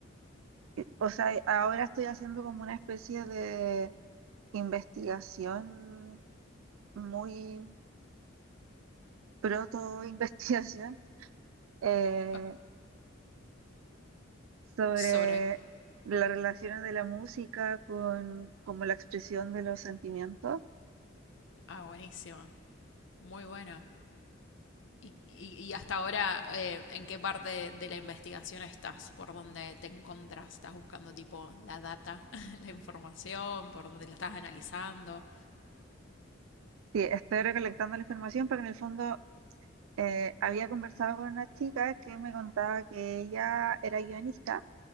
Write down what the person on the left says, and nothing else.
O-
Sobre...
Ah, buenísimo. Muy bueno. Y, y- y hasta ahora, eh, ¿en qué parte de la investigación estás? ¿Por dónde te encontras? ¿Estás buscando tipo la data, <laughs> la información? ¿Por dónde la estás analizando?